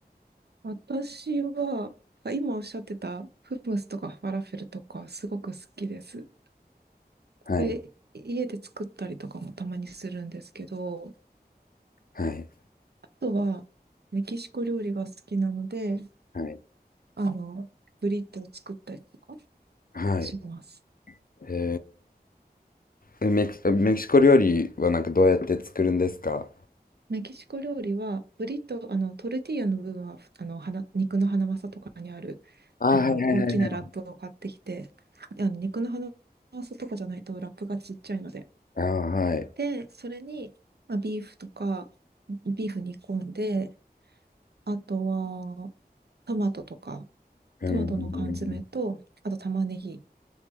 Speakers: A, on the right; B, on the left.
A: 私は、あ今おっしゃってた、フムスとかファラフェルとか、すごく好きです。
B: はい
A: で、家で作ったりとかもたまにするんですけど、
B: はい
A: あとはメキシコ料理が好きなので、
B: はい
A: あの、ブリトーを作ったりとか
B: はい
A: します。
B: へえメキ、メキシコ料理はなんかどうやって作るんですか
A: メキシコ料理は、ブリトー、あの、トルティーヤの部分は、あの、花肉のハナマサとかにある、
B: あはいはいはいはい
A: あの、大きなラップを買ってきて、あの肉のハナマサとかじゃないとラップがちっちゃいので。
B: あはい
A: で、それに、まあ、ビーフとか、ビーフ煮込んで、あとは、トマトとか、
B: うんうんうん
A: トマトの缶詰と、あと玉ねぎ。